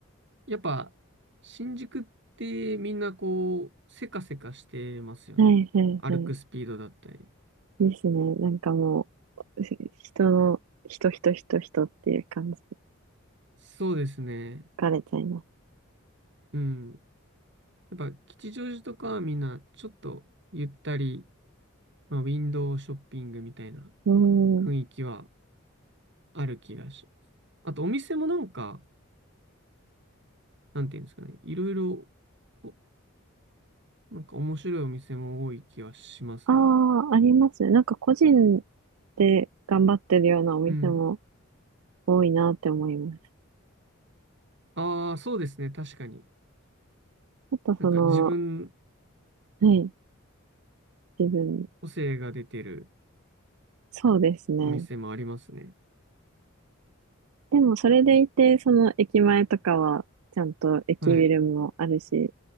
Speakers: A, on the right; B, on the right.
A: やっぱ、新宿ってみんなこう、せかせかしてますよね。
B: いはいはい。
A: 歩くスピードだったり。
B: ですね。なんかもう、ひ人の、人、人、人、人っていう感じで
A: そうですね。
B: 疲れちゃいます。
A: うん。やっぱ、吉祥寺とかはみんなちょっとゆったり、まあ、ウィンドウショッピングみたいな
B: う
A: 雰囲気は
B: ん。
A: ある気がします。あと、お店もなんか、なんていうんですかね。いろいろ、こう、なんか面白いお店も多い気はしますね。
B: ああ、ありますね。なんか個人で頑張ってるようなお店も
A: うん。
B: 多いなって思います。
A: ああ、そうですね。確かに。
B: あとその、
A: なんか自分、
B: はい、自分、
A: 個性が出てる
B: そうですね。
A: お店もありますね。
B: でもそれでいて、その駅前とかは、ちゃんと駅ビルもあるし、
A: はい。